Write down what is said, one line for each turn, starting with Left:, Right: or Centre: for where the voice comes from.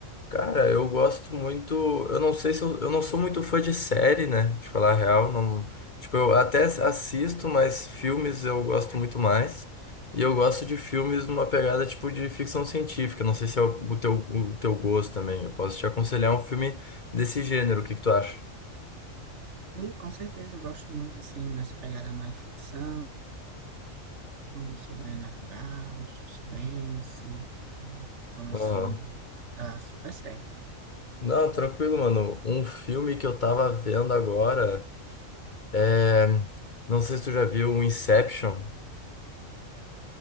Left: Cara, eu gosto muito. Eu não sei se eu, eu não sou muito fã de série, né? De falar a real, não. Tipo, eu até assisto, mas filmes eu gosto muito mais. E eu gosto de filmes numa pegada tipo de ficção científica. Não sei se é o, o teu, o teu gosto também. Eu posso te aconselhar um filme desse gênero. O que que tu acha?
Right: Sim, com certeza, eu gosto muito, assim, nessa pegada mais ficção, sobrenatural, suspense. Então, assim,
Left: Aham.
Right: dá super certo.
Left: Não, tranquilo, mano. Um filme que eu tava vendo agora é. Não sei se tu já viu o Inception.